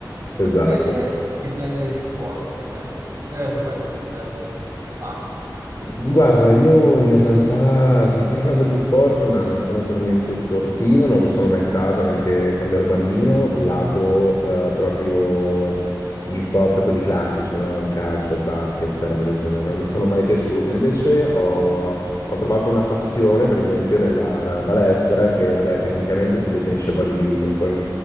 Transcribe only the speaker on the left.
Esatto.
Guarda, io in realtà ti parlavo di sport, ma non sono per niente sportivo, non lo sono mai stato neanche quando ero bambino, lato
eh, proprio gli sport, quelli classici, no? Il calcio, il basket, roba del genere,
non mi sono mai piaciute. Invece ho, ho trovato una passione, per esempio, nella, nella palestra, che vabbè, tecnicamente si definisce bodybuilding, poi